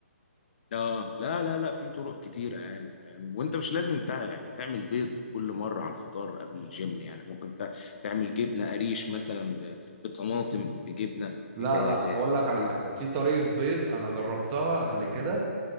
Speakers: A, on the left (about 45°); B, on the right (about 25°).
A: اه لا لا لا في طرق كتيرة يعني فاهم وانت مش لازم تع... يعني تعمل بيض كل مرة على الفطار قبل الجيم يعني ممكن تع... تعمل جبنة قريش مثلا ب... بطماطم بجبنة
B: لا
A: ب... ب...
B: لا اقول لك
A: بزيت
B: على حاجه في طريقه بيض انا جربتها قبل كده